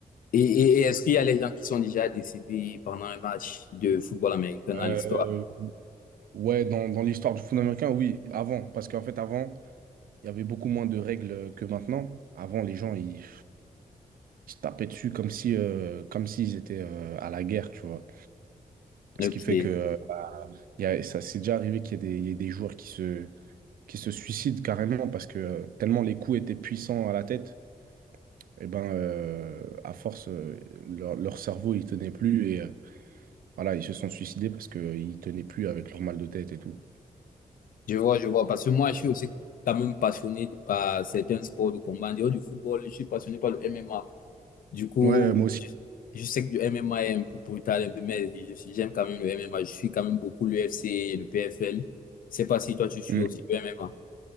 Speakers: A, on the left (about 70°); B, on the right (about 80°).
A: Et, et- et est-ce qu'il y a les gens qui sont déjà décédés pendant un match de football américain dans
B: Euh,
A: l'histoire?
B: ouais, dans, dans l'histoire du foot américain, oui, avant, parce qu'en fait, avant, il y avait beaucoup moins de règles que maintenant. Avant, les gens, ils, se tapaient dessus comme si, euh, comme s'ils étaient euh, à la guerre, tu vois.
A: Ok,
B: Ce qui fait que euh, y a- ça s'est déjà arrivé qu'il y ait des, il y ait des joueurs qui se, qui se suicident carrément parce que euh, tellement les coups étaient puissants à la tête, et ben, euh, à force, euh, leur, leur cerveau, il tenait plus et euh, voilà, ils se sont suicidés parce qu'ils tenaient plus avec leur mal de tête et tout.
A: je vois, je vois. Parce que moi, je suis aussi quand même passionné par certains sports de combat. En dehors du football, je suis passionné par le MMA. Du coup,
B: Ouais, moi aussi.
A: je, je sais que le MMA est un peu brutal, un peu, mais je suis- j'aime quand même le MMA. Je suis quand même beaucoup l'UFC, le PFL. Je sais pas si toi, tu suis
B: Mm.
A: aussi le MMA.